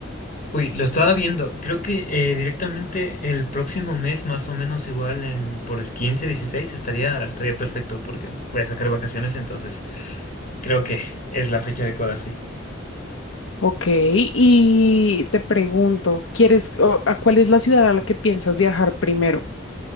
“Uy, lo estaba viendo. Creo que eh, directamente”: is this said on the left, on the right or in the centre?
Left